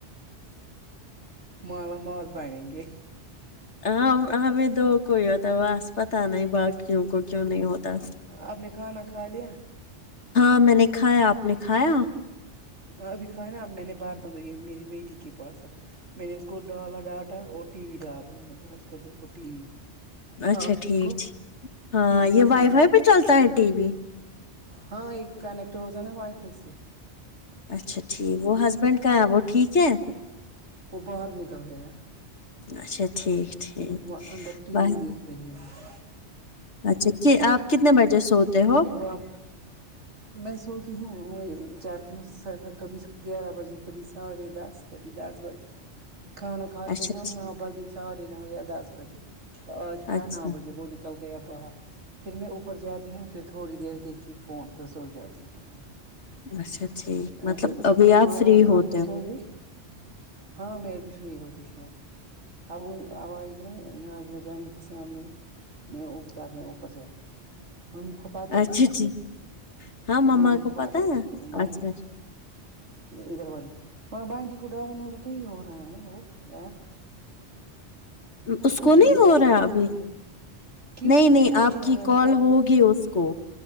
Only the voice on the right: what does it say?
مالا مال بنیں گے
آپ نے کھانا کھا لیا
ہ ابھی کھائے نا اب میں نے بارتا ہوں تو یہ میری بیٹی کے پاس میں نے اس کو ڈالا ڈاٹا اور ٹی وی ڈالا میں نے بولا اس کو دیکھو ٹی وی
آپ
ٹھیک ہو
اچھے
سے
ہو
ہاں یہ کنیکٹ ہوتا نا وائی فائی سے
وہ باہر نکل گیا ہیں
وہ اندر ٹی
وی دیکھ رہی ہے
وہ میں سوتی ہوں میں ا چارتی ہوں کبھی گیارہ بجے کبھی سارے دس کبھی دس بجے کھانا کھے
ہیں
نو بجے سارے ن ہو گیا دس بجے آج کھانو
بجے وہ نکل گیا باہر پھر میں اوپر جاتی ہوں پھر تھوڑی دیر دیکھ کے فون پھرسو جاتی ہوں میں
اچھا
ماما
آپ کی
سو گئے ہاں میں بھی فری ہوتی ش اب اب آئگی نہ نجم جان کے سامنے اگتا ج م خ پاتا
ہے
ممی کو پاتا
ہے اس بڈ
ادھر والی مگر بقٹی کو ڈؤن لڈ نہیں ہو رہا ہے وہ ایپ
کچھ
ہوا
کتنے
دن ہو کہ
کچھ
میں نے
بولا